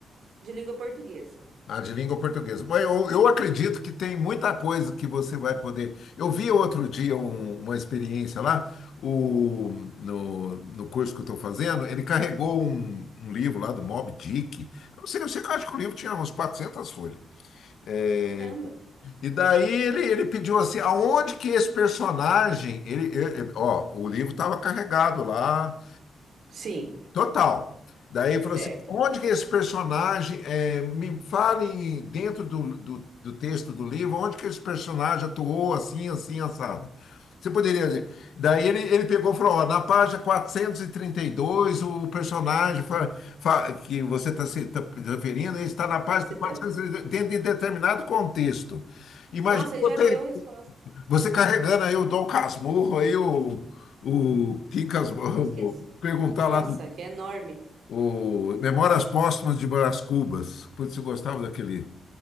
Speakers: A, on the right (about 65°); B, on the left (about 70°).
A: de língua portuguesa.
B: Ah, de língua portuguesa. Mas eu, eu acredito que tem muita coisa que você vai poder. Eu vi outro dia um- uma experiência lá, o, no, no curso que eu estou fazendo, ele carregou um, um livro lá do Moby Dick. Eu não sei, eu sei que eu acho que o livro tinha uns 400 folhas. É,
A: Caramba.
B: e daí ele, ele pediu assim, aonde que esse personagem. Ele, ele- ó, o livro estava carregado lá.
A: Sim,
B: Total. Daí ele falou
A: certo.
B: assim, onde que esse personagem, é, me fale dentro do, do, do texto do livro, onde que esse personagem atuou assim, assim, assado. Você poderia dizer. Daí ele, ele pegou e falou, ó, na página 432 o personagem fa- fa- que você está se tá referindo, ele está na página
A: Tá citando.
B: 432, dentro de determinado contexto. Imagina
A: Nossa, aí
B: você,
A: já deu a resposta.
B: você carregando aí o Dom Casmurro, aí o, o Kim Casmurro,
A: Nossa, que é,
B: <laughs> perguntar
A: nossa,
B: lá do
A: que é enorme.
B: o Memórias Póstumas de Brás Cubas. Putz, eu gostava daquele,